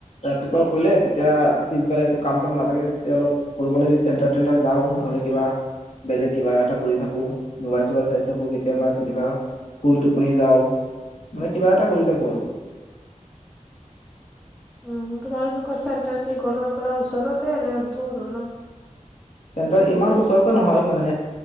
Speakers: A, on the left; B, in the centre.
A: ৰাতিপুৱা কৰিলে তেতিয়া পিছবাৰে একো কাম-চাম নাথাকে তেতিয়া অলপ ফুৰিবলৈ চেণ্টাৰ-টেণ্টাৰ যাওঁ নহ'লে কিবা। বেলেগ কিবা এটা কৰি থাকো মোবাইল-চোবাইল চাই থাকো কেতিয়াবা। কেতিয়াবা শুই টোপনি যাওঁ মানে কিবা এটা কৰি থাকো আৰু
B: উম তোমালোকৰ চেণ্টাৰ কি ঘৰৰ পৰা ওচৰতে এনে দূৰ অলপ।
A: চেণ্টাৰ ইমান ওচৰতে নহয় মানে